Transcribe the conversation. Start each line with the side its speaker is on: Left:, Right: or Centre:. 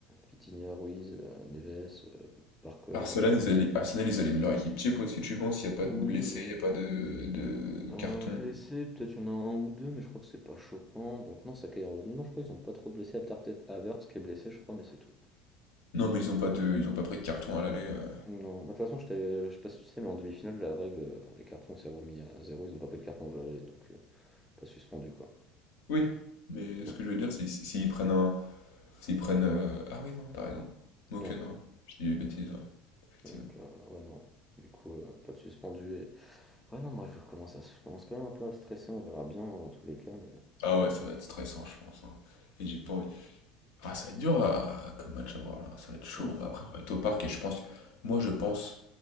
Centre: Vitinha, Ruiz, euh, Neves, euh, Barca,
Left: Arsenal,
Centre: bah, bon.
Left: ils allient, Arsenal, ils alignent leur équipe type aussi, tu penses? Il n'y a pas
Centre: oui,
Left: de blessés,
Centre: oui.
Left: il n'y a pas de, de
Centre: Euh,
Left: carton.
Centre: blessé, peut-être il y en a un ou deux, mais je crois que c'est pas choquant. Donc non, Saka est revenu. Non, je crois qu'ils ont pas trop de blessés, à part peut-être Havertz qui est blessé, je crois, mais c'est tout.
Left: Non, mais ils n'ont pas de, ils ont pas pris de carton à l'aller. euh.
Centre: Non, bah, de toute façon, je t'avais- je sais pas si tu sais, mais en demi-finale, la règle, euh, les cartons s'est remis à zéro, ils ont pas pris de carton jaune, donc euh, pas suspendu quoi.
Left: Oui, mais
Centre: Mm.
Left: ce que je veux dire, c'est si- s'ils prennent un. S'ils prennent. euh, Ah oui, non, t'as raison. Ok,
Centre: Ouais,
Left: non, je dis des bêtises, ouais, effectivement.
Centre: donc euh, ouais, non. Du coup, euh, pas de suspendu Ouais, non, moi je commence à je commence quand même un peu à stresser, on verra bien hein, dans tous les cas, mais
Left: Ah ouais, ça va être stressant, je pense. hein. Et j'ai pas envie. Ah, ça va être dur à- comme match à voir là, ça va être chaud.
Centre: ouais.
Left: Après, on va être au parc et je pense, moi je pense